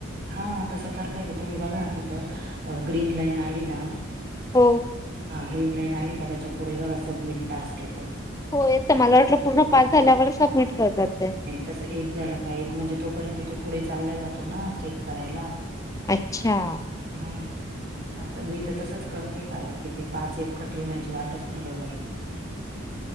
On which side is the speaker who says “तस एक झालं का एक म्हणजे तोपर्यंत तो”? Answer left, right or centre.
Right